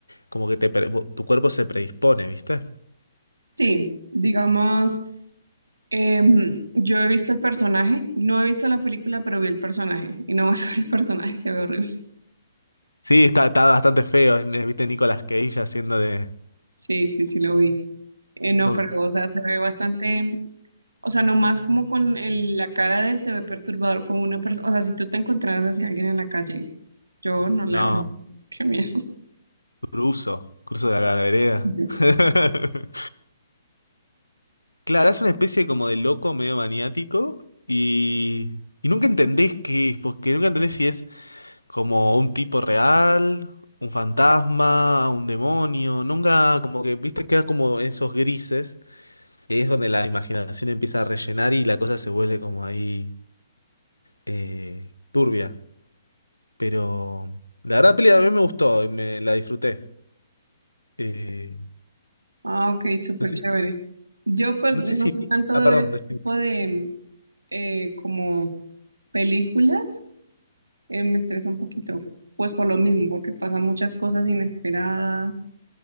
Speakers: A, on the left; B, on the right.
A: como que te, pre- vo- tu cuerpo se predispone, ¿viste?
B: Sí, digamos, em, yo he visto el personaje, no he visto la película, pero vi el personaje y no más <laughs> con el personaje se ve horrible.
A: Sí, está, está bastante feo, es- es- ¿viste? Nicolas Cage haciendo de...
B: Sí, sí, sí lo vi. Eh, no,
A: oh,
B: pero o sea, se ve bastante, o sea, nomás como con el- la cara de él se ve perturbador como una persona, o sea, si tú te encontraras así a alguien en la calle, yo no le
A: No,
B: hablo. <laughs> Qué miedo.
A: cruzo, cruzo de la vereda.
B: Yo.
A: <laughs> Claro, es una especie como de loco medio maniático y, y nunca entendés qué es, porque nunca entendés si es... Como un tipo real, un fantasma, un demonio. Nunca, como que, viste, queda como esos grises. Y ahí es donde la imaginación empieza a rellenar y la cosa se vuelve como ahí eh, turbia. Pero la verdad, la peli a mí me gustó y me la disfruté. Eh,
B: Ah, ok, súper
A: no sé,
B: chévere.
A: si-
B: Yo pues
A: no
B: no
A: sé si.
B: sé tanto
A: Ah,
B: de
A: perdón.
B: ver este
A: decime.
B: tipo de eh, como películas, eh, me estresa un poquito, pues por lo mismo, porque pasan muchas cosas inesperadas,